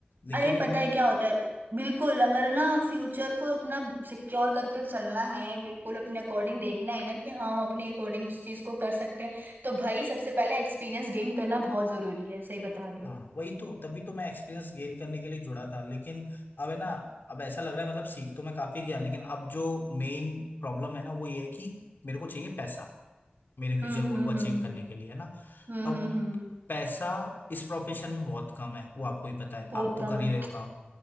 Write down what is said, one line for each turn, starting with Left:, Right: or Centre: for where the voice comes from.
Left: लेकिन
Right: अरे पता है क्या होता है बिल्कुल अगर ना फ्यूचर को अपना सिक्योर करके चलना है बिल्कुल अपने अकॉर्डिंग देखना है ना कि हाँ हम अपने अकॉर्डिंग उस चीज को कर सकते हैं तो भाई सबसे पहले एक्सपीरियंस गेन करना बहुत जरूरी है सही बता रहे
Left: हाँ
Right: हो
Left: वही तो तभी तो मैं एक्सपीरियंस गेन करने के लिए जुड़ा था लेकिन अब है ना अब ऐसा लग रहा है मतलब सीख तो मैं काफी गया लेकिन अब जो मेन प्रॉब्लम है ना वो ये है कि मेरे को चाहिए पैसा मेरे फ्यूचर
Right: हम्म
Left: गोल
Right: हम्म
Left: को अचीव
Right: हम्म
Left: करने के लिए है ना
Right: हम्म
Left: अब
Right: हम्म हम्म
Left: पैसा इस प्रोफेशन में बहुत कम है वो आपको ही पता है
Right: बहुत
Left: आप तो
Right: कम
Left: कर
Right: है
Left: ही रहे हो काम